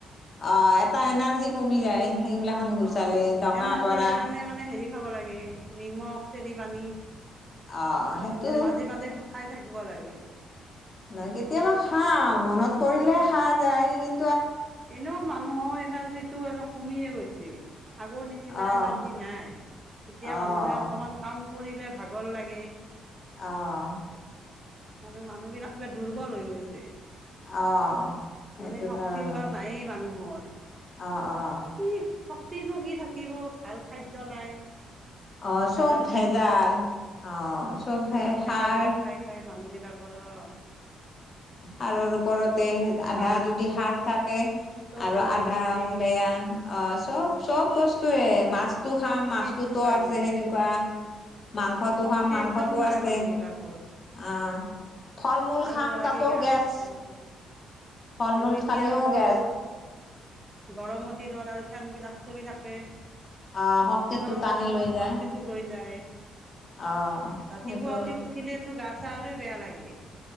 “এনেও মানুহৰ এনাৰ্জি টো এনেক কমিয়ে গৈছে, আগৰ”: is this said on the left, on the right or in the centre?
Right